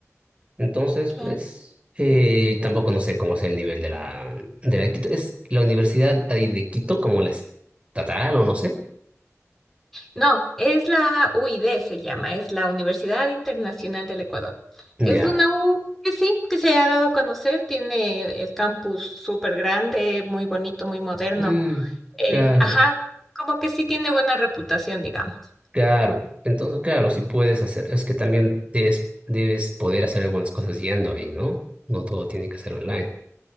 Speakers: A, on the right; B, in the centre.
A: Entonces,
B: Claro.
A: pues, eh, tampoco no sé cómo es el nivel de la, de la de Quito. Es la universidad ahí de Quito, como la estatal o no sé.
B: No, es la UID se llama, es la Universidad Internacional del Ecuador.
A: Ya.
B: Es una U que sí, que se ha dado a conocer, tiene el campus súper grande, muy bonito, muy moderno.
A: Mm,
B: Eh,
A: claro.
B: ajá, como que sí tiene buena reputación, digamos.
A: Claro, entonces, claro, si puedes hacer, es que también debes, debes poder hacer algunas cosas yendo ahí, ¿no? No todo tiene que ser online.